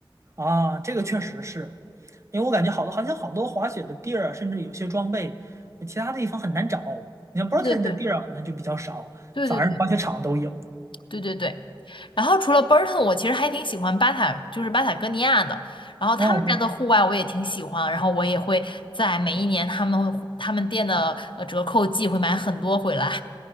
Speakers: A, on the right; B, on the left.
A: 啊，这个确实是，因为我感觉好多好像好多滑雪的地儿啊，甚至有些装备，其他的地方很难找。你像 Burton
B: 对对对
A: 的地儿啊好像就比较少，
B: 对对对。
A: 反而滑雪场都有。
B: 对对对。然后除了 Burton，我其实还挺喜欢巴塔，就是巴塔哥尼亚的。然后他们家的户外我也挺喜欢，
A: 哦，我
B: 然后我也会在每一年他们会他们店的呃折扣季会买很多回来，